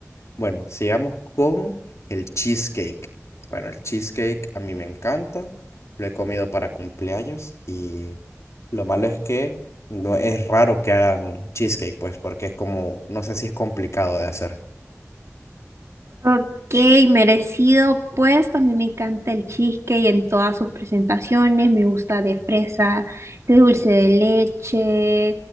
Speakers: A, on the left; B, on the right.
A: Bueno, sigamos con el cheesecake. Bueno, el cheesecake a mí me encanta. Lo he comido para cumpleaños y lo malo es que no es raro que hagan cheesecake, pues, porque es como, no sé si es complicado de hacer.
B: Ok, merecido, pues también me encanta el cheesecake en todas sus presentaciones, me gusta de fresa, de dulce de leche,